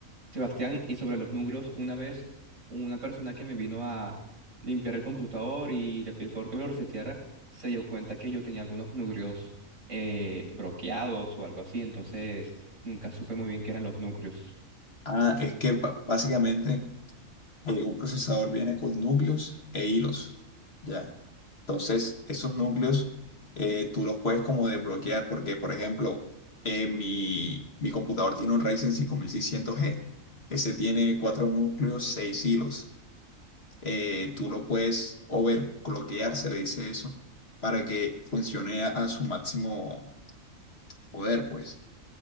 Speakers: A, on the right (about 70°); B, on the left (about 50°).
A: Sebastián, y sobre los núcleos, una vez una persona que me vino a limpiar el computador y le pedí el favor que me lo reseteara, se dio cuenta que yo tenía algunos núcleos eh, bloqueados o algo así, entonces nunca supe muy bien qué eran los núcleos.
B: Ah, es que ba- básicamente eh, un procesador viene con núcleos e hilos. Ya. Entonces, esos núcleos eh, tú los puedes como desbloquear porque, por ejemplo, eh, mi, mi computador tiene un Ryzen cinco mil seiscientos g Ese tiene cuatro núcleos, seis hilos. eh, tú lo puedes overclockear, se le dice eso, para que funcione a, a su máximo poder, pues.